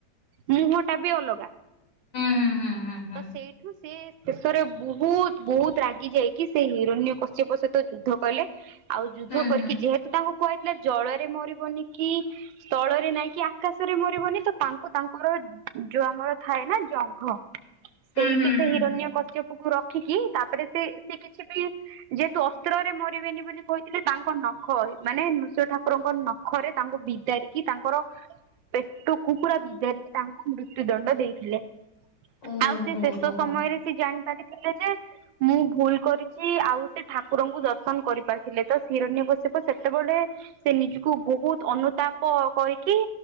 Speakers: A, on the right; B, on the left.
A: ମୁହଁ ଟା ବି ଅଲଗା।
B: ହୁଁ ହୁଁ ହୁଁ ହୁଁ
A: ତ ସେଇଠୁ ସେ ଶେଷରେ ବହୁତ ବହୁତ ରାଗି ଯାଇକି ସେ ହିରଣ୍ୟ କଶ୍ୟପ ସହିତ ଯୁଦ୍ଧ କଲେ। ଆଉ ଯୁଦ୍ଧ
B: ହୁଁ
A: କରିକି
B: ହୁଁ।
A: ଯେହେତୁ ତାଙ୍କୁ କୁହାଯାଇଥିଲା ଜଳରେ ମରିବନି କି ସ୍ଥଳରେ ନାଇଁ କି ଆକାଶରେ ମରିବନି ତ ତାଙ୍କୁ ତାଙ୍କର ଯୋଉ ଆମର ଥାଏ ନା ଜଙ୍ଘ
B: ହୁଁ
A: ସେଇଠି
B: ହୁଁ
A: ସେ
B: ହୁଁ ହୁଁ ହୁଁ
A: ହିରଣ୍ୟ
B: ହୁଁ
A: କଶ୍ୟପକୁ ରଖିକି, ତାପରେ ସେ ସେ କିଛି ବି ଯେହେତୁ ଅସ୍ତ୍ରରେ ମରିବେନି ବୋଲି କହିଥିଲେ ତାଙ୍କ ନଖ ମାନେ ନୃସିଂହ ଠାକୁରଙ୍କ ନଖ ନଖରେ ତାଙ୍କୁ ବିଦାରି କି ତାଙ୍କର ପେଟକୁ ପୁରା ବିଦାରିକି ତାଙ୍କୁ ମୃତ୍ୟୁ ଦଣ୍ଡ ଦେଇଥିଲେ।
B: ଓହୋ
A: ଆଉ ସେ ଶେଷ
B: ହୋ ହୋ
A: ସମୟରେ ସେ ଜାଣି ପାରିଥିଲେ ଯେ ମୁଁ ଭୁଲ କରିଛି ଆଉ ସେ ଠାକୁରଙ୍କୁ ଦର୍ଶନ କରିପାରିଥିଲେ। ତ ହିରଣ କଶ୍ୟପ ସେତେବେଳେ ସେ ନିଜକୁ ବହୁତ ଅନୁତାପ କହିକି